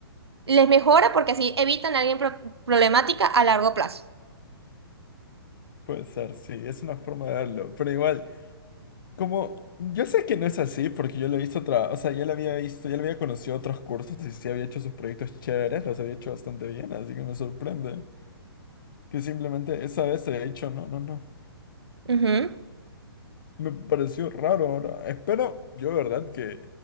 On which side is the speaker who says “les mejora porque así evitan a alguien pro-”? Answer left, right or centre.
Right